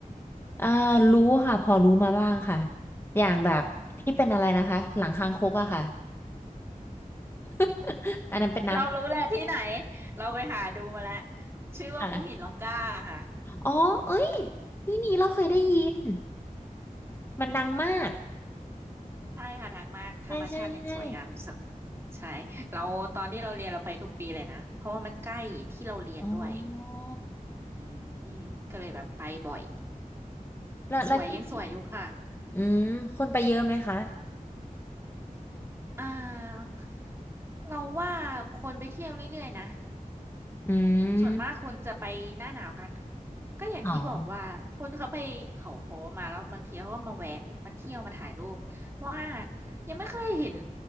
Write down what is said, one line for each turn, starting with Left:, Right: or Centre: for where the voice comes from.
Left: อ่ารู้ค่ะพอรู้มาบ้างค่ะอย่างแบบที่เป็นอะไรนะคะหลังคางคกอะค่ะ
Right: อืม
Left: <laughs> อันนั้นเป็นน้
Right: เรารู้แหละที่ไหนเราไปหาดูมาแล้ว
Left: ำค่ะ
Right: ชื่อว่าภูหินร่องกล้าค่ะ
Left: อ๋อเอ้ยที่นี่เราเคยได้ยินมันดังมาก
Right: ใช่ค่ะดังมากธรรมชาติยังสวยงามที่สุด
Left: ใช่ใช่ใช่
Right: ใช่เราตอนที่เราเรียนเราไปทุกปีเลยนะเพราะว่ามันใกล้ที่เราเรียนด้วย
Left: อ๋อ
Right: อืมก็เลยแบบไปบ่อย
Left: แล้วแล้วที่
Right: สวยยังสวยอยู่ค่ะ
Left: อืมคนไปเยอะไหมคะ
Right: อ่าเราว่าคนไปเที่ยวเรื่อยๆนะ
Left: อืม
Right: ส่วนมากคนจะไปหน้าหนาวกันก็อย่างที่บอกว่าคนเขาไปเขาค้มาแล้วบางทีเขาก็มาแวะมาเที่ยวมาถ่ายรูปเพราะว่า
Left: อ๋อ
Right: ยังไม่เคยเห็น